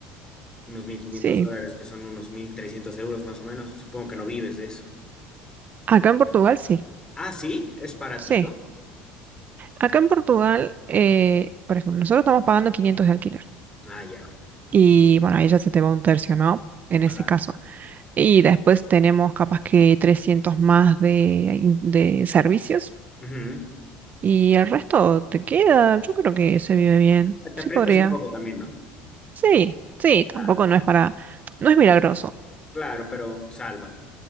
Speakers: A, on the left (about 20°); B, on the right (about 40°).
A: Unos mil quinientos
B: Sí,
A: dólares, que son unos 1.300 euros más o menos. Supongo que no vives de eso.
B: acá en Portugal sí,
A: Ah, sí, es baratito.
B: sí. Acá en Portugal, eh, por ejemplo, nosotros estamos pagando 500 de alquiler
A: Ah, ya,
B: y bueno, ahí ya se te va un tercio, ¿no? En
A: claro.
B: ese caso. Y después tenemos capaz que 300 más de, de servicios
A: Ujú.
B: Y el resto te queda, yo creo que se vive bien.
A: Te
B: Sí
A: aprietas
B: podría.
A: un poco también, ¿no?
B: Sí, sí,
A: Claro,
B: tampoco no es para, no es milagroso.
A: claro, pero salva.